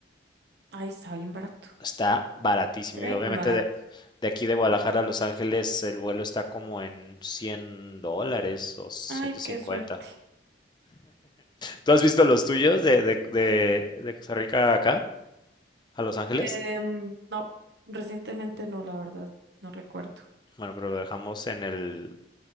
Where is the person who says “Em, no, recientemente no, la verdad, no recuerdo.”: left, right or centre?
Right